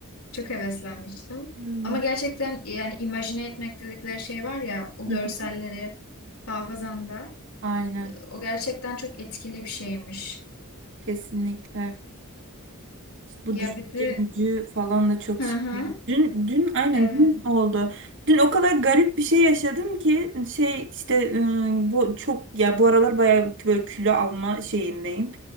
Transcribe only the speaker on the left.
Çok heveslenmiştim.
Ama gerçekten yani imajine etmek dedikleri şey var ya o
görselleri
hafızanda.
O gerçekten çok etkili bir şeymiş.
Ya
bir de
hı
hı
evet